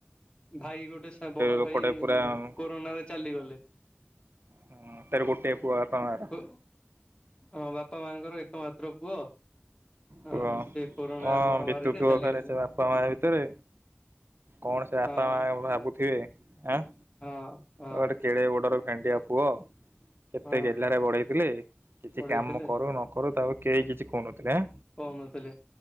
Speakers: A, on the left; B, on the right.
A: ଭାଇ ଗୋଟେ ବଡ
B: ଲୋକଟେ
A: ଭାଇ
B: ପୁରା ଉଁ,
A: କୋରୋନା ରେ ଚାଲିଗଲେ।
B: ହୁଁ ତାର ଗୋଟେ ପୁଅ ବାପା ମାଆର।
A: କୋ ହଁ ବାପା ମାଙ୍କର ଏକ ମାତ୍ର ପୁଅ। ହଁ
B: କୁହ
A: ସେ କୋରୋନା
B: କଣ
A: ମହାମାରୀରେ
B: ବିତୁଥିବ
A: ଚାଲିଗଲେ
B: ଫେରେ ସେ ବାପା ମା ଭିତରେ। କଣ ସେ ବାପା
A: ହଁ
B: ମା ଭାବୁଥିବେ ଆଁ।
A: ହଁ। ହଁ।
B: ଆଉ ଗଟେ କେଡେ ବଡର ଭେଣ୍ଡିଆ ପୁଅ। କେତେ
A: ହଁ
B: ଗେଲାରେ ବଢେଇଥିଲେ କିଛି
A: ବଢେଇଥିଲେ
B: କାମ କରୁ ନ କରୁ ତାକୁ କେହି କିଛି କହୁନଥିଲେ ଏଁ।
A: କହୁନଥିଲେ